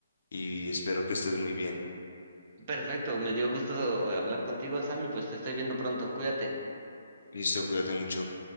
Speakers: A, on the left; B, on the right.
A: y espero que estés muy bien.
B: perfecto, me dio gusto hablar contigo, Sammy, pues te estoy viendo pronto, cuídate.
A: Listo, cuídate mucho.